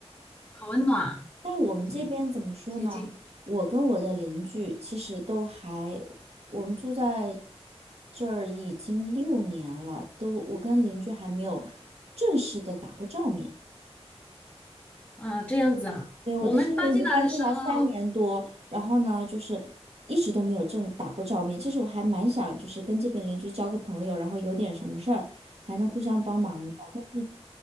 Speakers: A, on the left; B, on the right.
A: 很温暖，
B: 但我们这边怎么说呢？
A: 对，接近
B: 我跟我的邻居其实都还，我们住在这儿已经六年了，都我跟邻居还没有正式的打过照面。
A: 啊，这样子啊。
B: 对，我的新邻居搬进来三年多，
A: 我们搬进来的时候，
B: 然后呢，就是一直都没有正打过照面。其实我还蛮想，就是跟这边邻居交个朋友，然后有点什么事儿还能互相帮忙一下。但是